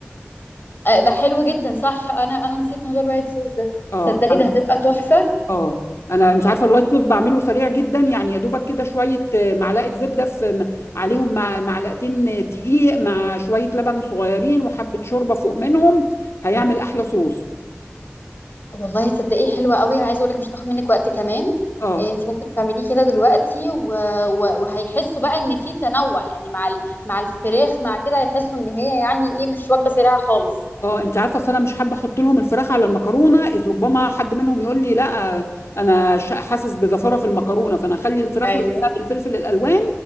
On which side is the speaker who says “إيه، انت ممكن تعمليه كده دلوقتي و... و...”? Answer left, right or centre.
Left